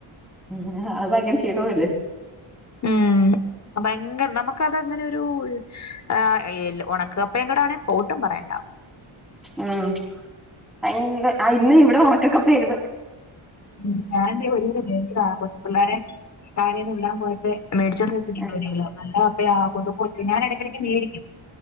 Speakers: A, in the centre; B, on the left.
A: <unintelligible> അത് ഭയങ്കര ക്ഷീണവല്ലേ
B: ഉം ഭയങ്കര നമുക്കത് അങ്ങനൊരു ഏഹ് എല് ഒണക്ക കപ്പേകൂടെയാണേ പോട്ടും പറയണ്ട
A: ഉം അയ്ന്ന് ഇന്ന് ഇവിടെ ഉണക്ക കപ്പ ആയിര്ന്ന്
B: ഉം ഞാൻ ഒരു മേടിച്ച കൊച്ചു പിള്ളേരെെ തഴേന്ന് ഉള്ളാൻ പോയട്ട് മേടിച്ച വ
A: ആഹ്
B: ല്ല കൊതുച്ച ഞാന ഇടയ്ക്കിടക്ക് മേടിക്കും